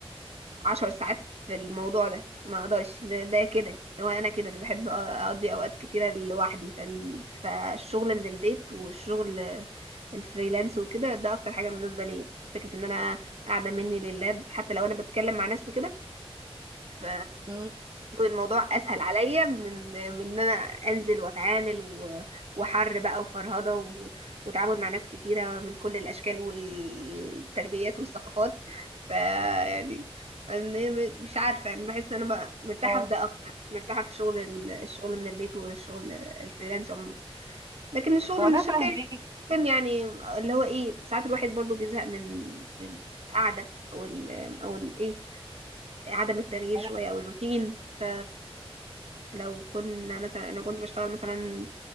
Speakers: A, on the right; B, on the right.
A: عشر ساعات في الموضوع ده ما اقدرش ده, ده كده هو انا كده انا بحب أ- اقضي اوقات كتيره لوحدي فال... فالشغل من البيت والشغل الفريلانس وكده ده اكتر حاجه مناسبه ليا فكره ان انا قاعده مني لللاب حتى لو انا بتكلم مع ناس وكده ف
B: مم.
A: الموضوع اسهل عليا من من ان انا انزل واتعامل و- وحر بقى وفرهضه و... وتعامل مع ناس كتيره من كل الاشكال والتربيات والثقافات ف يعني أنا م- مش عارفه انا بحس ان انا بقى مرتاحه
B: اه
A: في ده اكتر مرتاحه في شغل ال- الشغل من البيت والشغل الفريلانس عموما لكن الشغل
B: هو
A: من
B: انا
A: الشركه
B: فاهماكي
A: كان يعني اللي هو ايه ساعات الواحد برضو بيزهق من من القعده او ال... او ال- ايه عدم التغيير
B: انا
A: شوية أو الروتين ف لو كنا مثلا أنا كنت بشتغل مثلا